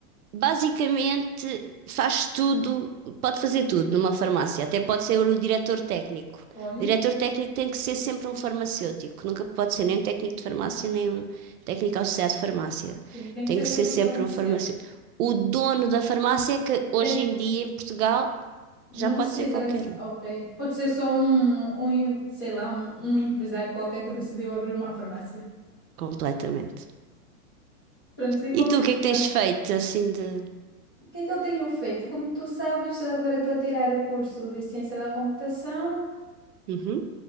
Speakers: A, on the right; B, on the left.
A: basicamente faz tudo, pode fazer tudo numa farmácia, até pode ser o diretor técnico.
B: Olha,
A: O diretor técnico tem que ser sempre um farmacêutico, nunca pode ser nem um técnico de farmácia, nem um técnico associado de farmácia.
B: sim, tem
A: Tem
B: que ser
A: que
B: sempre
A: ser sempre
B: farmacêutico.
A: um farmacêutico. O dono da farmácia, é que hoje
B: Tem,
A: em dia em Portugal
B: Não
A: já pode
B: precisa,
A: ser qualquer um,
B: ok. Pode ser só um, um em- sei lá, um, um empresário qualquer que decidiu abrir uma farmácia.
A: completamente.
B: Pronto, e
A: E
B: como
A: tu,
B: é
A: o
B: que
A: que é que
B: tá?
A: tens feito assim de.
B: O que é que ele tenho feito? Como tu sabes, agora estou a tirar o curso de Ciência da Computação,
A: Uhum.